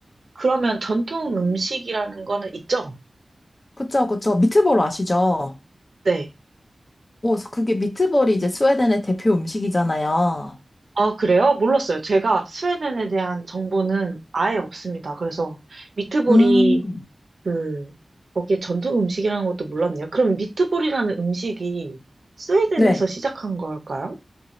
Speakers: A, on the right; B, on the left.
A: 그러면 전통 음식이라는 거는 있죠?
B: 그쵸, 그쵸. 미트볼 아시죠?
A: 네.
B: 어, 그게 미트볼이 이제 스웨덴의 대표 음식이잖아요.
A: 아, 그래요? 몰랐어요. 제가 스웨덴에 대한 정보는 아예 없습니다. 그래서 미트볼이
B: 음.
A: 그, 거기에 전통 음식이라는 것도 몰랐네요. 그럼 미트볼이라는 음식이 스웨덴에서
B: 네.
A: 시작한 걸까요?